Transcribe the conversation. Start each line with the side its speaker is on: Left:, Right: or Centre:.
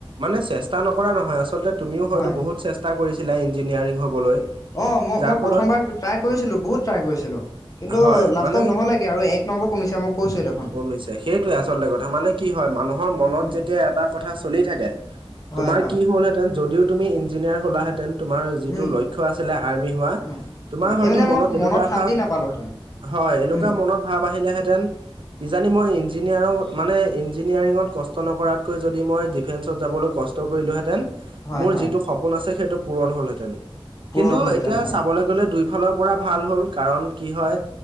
Right: মানে চেষ্টা চেষ্টা নকৰা নহয় আচলতে তুমিও হয়তো
Left: হয়
Right: বহুত চেষ্টা কৰিছিলা। ইঞ্জিনিয়াৰিং হ'বলৈ
Left: অ' মই
Right: যাৰ
Left: মই
Right: ফলত
Left: প্ৰথমবাৰ ট্ৰাই কৰিছিলো, ‌বহুত ট্ৰাই কৰিছিলো কিন্তু
Right: হয়
Left: লাষ্টত
Right: মানে
Left: নহ'লেগৈ আৰু এক নম্বৰ কমিছে মই কৈছোঁৱেই দেখোন
Right: কমিছে সেইটোয়ে আচলতে কথা মানে কি হয় মানুহৰ মনত
Left: উম,
Right: যেতিয়া এটা কথা চলি থাকে
Left: হয়
Right: তুমাৰ
Left: হয়
Right: কি হল হেঁতেন যদিও তুমি ইঞ্জিনিয়াৰ হলা হেতেন তোমাৰ যিটো
Left: উম,
Right: লক্ষ আছে আৰ্মি হোৱা
Left: উম,
Right: তোমাৰ
Left: হয়
Right: হয়তো
Left: এই মানে মই
Right: মনত এনেকুৱা
Left: শান্তি
Right: ভাৱ
Left: নাপালোহেঁতেন
Right: হয় এনেকুৱা
Left: উম,
Right: মনত ভাৱ আহিলেহেঁতেন। কিজানি মই ইঞ্জিন ইঞ্জিনিয়াৰ মানে ইঞ্জিনিয়াৰিঙত কষ্ট নকৰাতকৈ যদি মই ডিফেন্সত যাবলৈ কষ্ট কৰিলোহেঁতেন
Left: হয়
Right: মোৰ
Left: হয়
Right: যিটো সপোন আছে। সেইটো পূৰণ হ'লহেতেন।
Left: পূৰণ
Right: কিন্তু
Left: হ'লহেঁতেন
Right: এতিয়া
Left: হয়
Right: চাবলৈ গ'লে দুই ভাল হ'ল কাৰণ কি হয়